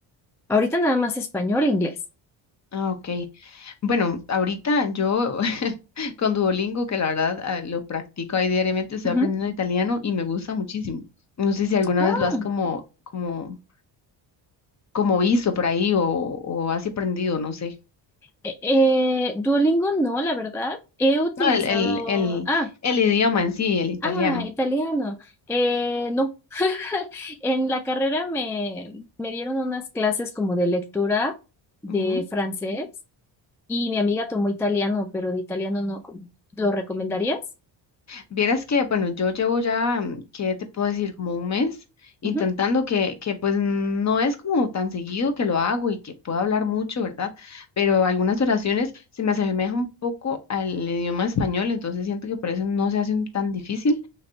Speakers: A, in the centre; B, on the left.
A: Ahorita nada más español e inglés.
B: Ah, ok. Bueno, ahorita yo <laughs> con Duolingo, que la verdad ah, lo practico ahí diariamente, estoy
A: Ujú.
B: aprendiendo italiano y me gusta muchísimo. No sé si alguna
A: Ah,
B: vez lo has como, como, como visto por ahí o, o has aprendido, no sé.
A: eh, eh, Duolingo no, la verdad. He utilizado,
B: No, el, el, el,
A: ah,
B: el idioma en sí, el italiano.
A: ah, italiano. Eh, no, <laughs> en la carrera me, me dieron unas clases como de lectura de
B: Ujú.
A: francés y mi amiga tomó italiano, pero de italiano no. ¿Cómo? ¿Lo recomendarías?
B: Vieras que, bueno, yo llevo ya, mm, ¿qué te puedo decir? Como un mes intentando
A: Ujú,
B: que, que pues no es como tan seguido que lo hago y que puedo hablar mucho, ¿verdad? Pero algunas oraciones se me asemejan un poco al idioma español, entonces siento que por eso no se hacen tan difícil,